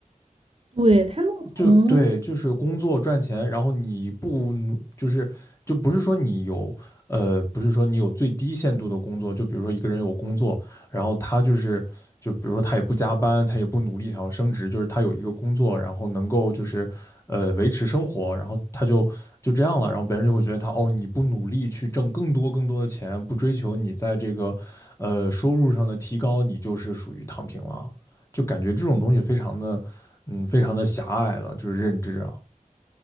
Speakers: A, on the right; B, on the left.
A: 对，他们可能
B: 就对，就是工作赚钱，然后你不努，就是就不是说你有呃，不是说你有最低限度的工作，就比如说一个人有工作，然后他就是就比如说他也不加班，他也不努力想要升职，就是他有一个工作，然后能够就是呃维持生活，然后他就就这样了，然后别人就会觉得他哦，你不努力去挣更多更多的钱，不追求你在这个呃收入上的提高，你就是属于躺平了。就感觉这种东西非常的，嗯，非常的狭隘了，就是认知啊，